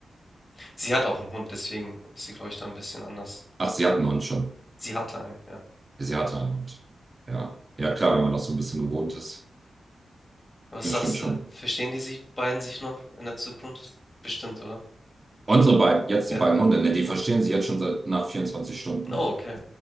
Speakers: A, on the left; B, on the right.
A: Sie hat auch einen Hund, deswegen ist sie, glaube ich, da ein bisschen anders.
B: Ach, sie hatten uns schon.
A: Sie hatte einen, ja.
B: Sie hatte einen Hund. Ja. Ja, klar, wenn man das so ein bisschen gewohnt ist.
A: Was
B: Das
A: sagst
B: stimmt
A: du?
B: schon.
A: Verstehen die sich, beiden sich noch in der Zukunft? Bestimmt, oder?
B: Unsere beiden, jetzt
A: Ja,
B: die beiden Hunde, ne, die
A: genau.
B: verstehen sich jetzt schon seit nach vierundzwanzig Stunden.
A: Oh, okay.